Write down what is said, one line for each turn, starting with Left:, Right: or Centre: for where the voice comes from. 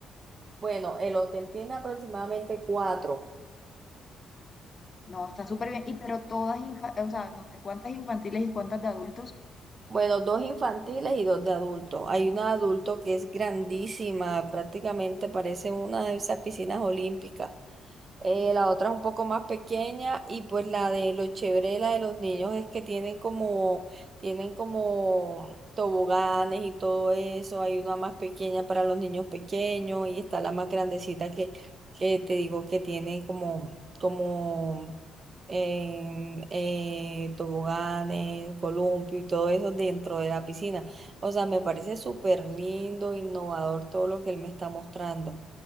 Right: Bueno, el hotel tiene aproximadamente cuatro.
Left: No, está súper bien. Y pero todas, infa- o sea, no sé cuántas infantiles y cuántas de adultos.
Right: Bueno, dos infantiles y dos de adultos. Hay una de adulto que es grandísima, prácticamente parece una de esas piscinas olímpicas eh, la otra es un poco más pequeña y pues la de lo chévere de la de los niños es que tienen como, tienen como toboganes y todo eso. Hay una más pequeña para los niños pequeños y está la más grandecita que, que te digo que tiene como, como em, eh, toboganes, columpio y todo eso dentro de la piscina. O sea, me parece súper lindo, innovador todo lo que él me está mostrando.